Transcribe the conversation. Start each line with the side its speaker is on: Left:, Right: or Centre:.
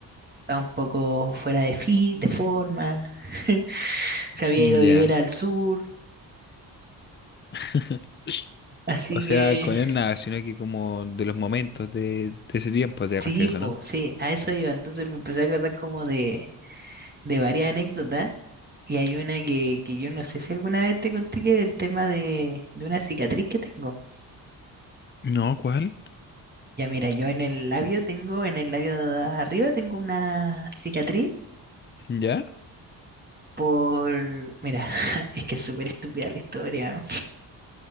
Right: estaba un poco fuera de, fi, de forma, <laughs> se había
Left: Ya.
Right: ido a vivir al sur
Left: <laughs>
Right: Así
Left: O sea,
Right: que,
Left: con él nada, sino que como de los momentos de, de ese tiempo te
Right: sí,
Left: refieres,
Right: po,
Left: ¿o ¿no?
Right: sí, a eso iba. Entonces me empecé a acordar como de, de varias anécdotas. Y hay una que, que yo no sé si alguna vez te conté que el tema de, de una cicatriz que tengo.
Left: No, ¿cuál?
Right: Ya mira, yo en el labio tengo, en el labio de arriba tengo una cicatriz
Left: Ya,
Right: por... Mira, <laughs> es que es súper estúpida la historia.